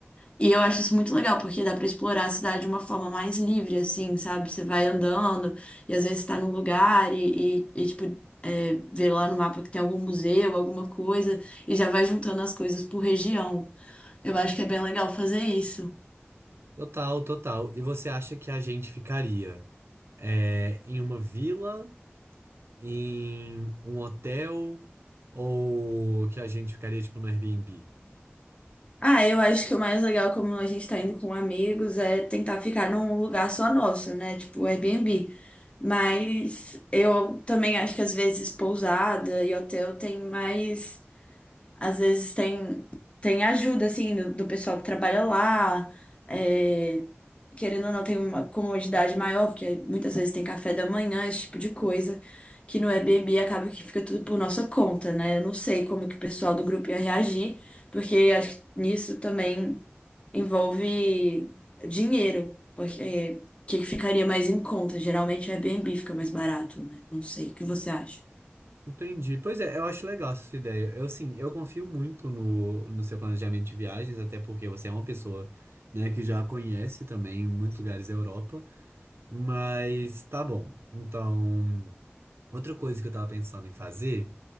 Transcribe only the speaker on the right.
Total, total. E você acha que a gente ficaria é, em uma vila, em um hotel, ou que a gente ficaria, tipo, no Airbnb?
Entendi. Pois é, eu acho legal essa ideia. Eu, assim, eu confio muito no, no seu planejamento de viagens, até porque você é uma pessoa, né, que já conhece também muitos lugares da Europa. Mas tá bom. Então, outra coisa que eu tava pensando em fazer.